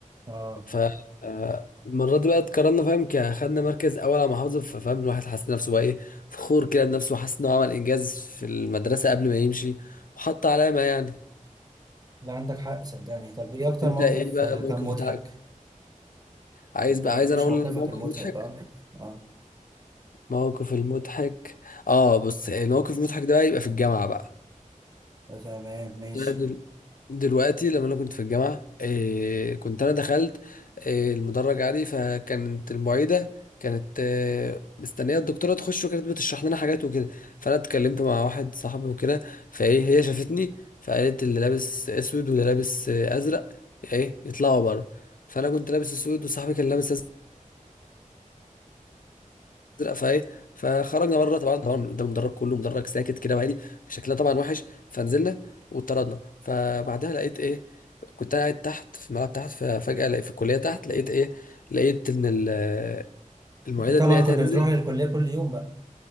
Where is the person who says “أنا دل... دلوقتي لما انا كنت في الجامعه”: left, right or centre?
Left